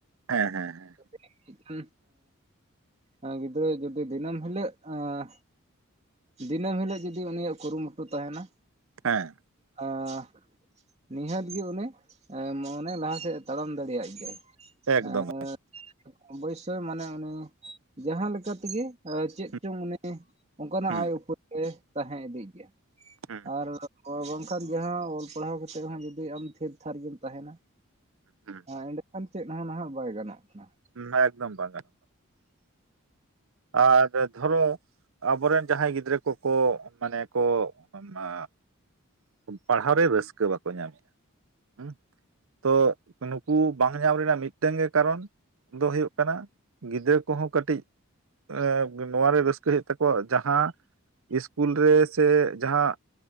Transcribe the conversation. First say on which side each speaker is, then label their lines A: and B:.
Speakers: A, on the right (about 70°); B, on the right (about 30°).
A: ᱦᱮᱸ ᱦᱮᱸ ᱦᱮᱸ
B: <unintelligible> ᱦᱩᱸ ᱜᱤᱫᱽᱨᱟᱹ ᱡᱩᱫᱤ ᱫᱤᱱᱟᱹᱢ ᱦᱤᱞᱟᱹᱜ ᱟᱸᱻ ᱫᱤᱱᱟᱹᱢ ᱦᱤᱞᱳᱜ ᱡᱩᱫᱤ ᱩᱱᱤᱭᱟᱜ ᱠᱩᱨᱩᱢᱩᱴᱩ ᱛᱟᱦᱮᱱᱟ
A: ᱦᱮᱸ
B: ᱟᱸ ᱱᱤᱦᱟ. ᱛ ᱜᱮ ᱩᱱᱤ ᱮᱸ ᱢᱚᱱᱮ ᱞᱟᱦᱟ ᱥᱮᱜᱼᱮ ᱛᱟᱲᱟᱢ ᱫᱟᱲᱮᱭᱟᱜ ᱜᱮᱭᱟᱭ
A: ᱮᱠᱫᱚᱢ
B: ᱮᱸᱻᱜ ᱵᱚ. ᱭᱥᱳᱭ ᱢᱟᱱᱮ ᱩᱱᱤ ᱡᱟᱦᱟᱸ ᱞᱮᱠᱟ ᱛᱤᱜᱮ ᱪᱮᱜ
A: ᱦᱩᱸ
B: ᱪᱚᱝ ᱩᱱᱤ ᱚᱱᱠᱟᱱᱟᱜ
A: ᱦᱩᱸ
B: ᱟᱭ ᱩᱯᱟ. <inaudible> ᱛᱟᱦᱮᱸ ᱤᱫᱤᱜ ᱜᱮᱭᱟ
A: ᱦᱩᱸ
B: ᱟᱨ ᱦᱚᱭ ᱵᱟᱝᱠᱷᱟᱱ ᱡᱟᱦᱟᱸ ᱚᱞ ᱯᱟᱲᱦᱟᱣ ᱠᱟᱛᱮᱜ ᱦᱚᱸ ᱡᱩᱫᱤ ᱟᱢ ᱛᱷᱤᱨ ᱛᱷᱟᱨ ᱜᱮᱢ ᱛᱟᱦᱮᱱᱟ
A: ᱦᱩᱸ
B: ᱮᱸᱰᱮᱠᱷᱟᱱ ᱪᱮᱜ ᱦᱚᱸ ᱱᱟᱦᱟᱸᱜ ᱵᱟᱭ ᱜᱟᱱᱚᱜᱼᱟ ᱠᱟᱱᱟ
A: <unintelligible> ᱟᱫᱚ ᱫᱷᱚᱨᱚ ᱟᱵᱚᱨᱮᱱ ᱡᱟᱦᱟᱸᱭ ᱜᱤᱫᱽᱨᱟᱹ ᱠᱚᱠᱚ ᱢᱟᱱᱮ ᱠᱚᱜ ᱟᱢᱟ ᱯᱟᱲᱦᱟᱣ ᱨᱮ ᱨᱟᱹᱥᱠᱟᱹ ᱵᱟᱠᱚ ᱧᱟᱢ ᱢᱮᱜᱼᱟ ᱦᱩᱸ ᱛᱚ ᱱᱩᱠᱩ ᱵᱟᱝ ᱧᱟᱢ ᱨᱮᱱᱟᱜ ᱢᱤᱫᱴᱮᱝ ᱜᱮ ᱠᱟᱨᱚᱱ ᱫᱚ ᱦᱩᱭᱩᱜ ᱠᱟᱱᱟ ᱜᱤᱫᱟᱹᱨ ᱠᱚᱦᱚᱸ ᱠᱟᱹᱴᱤᱡ ᱮᱸᱜ ᱱᱚᱣᱟᱨᱮ ᱨᱟᱹᱥᱠᱟᱹ ᱦᱩᱭᱩᱜ ᱛᱟᱠᱚᱣᱟ ᱡᱟᱦᱟᱸ ᱤᱥᱠᱩᱞ ᱨᱮ ᱥᱮ ᱡᱟᱦᱟᱸ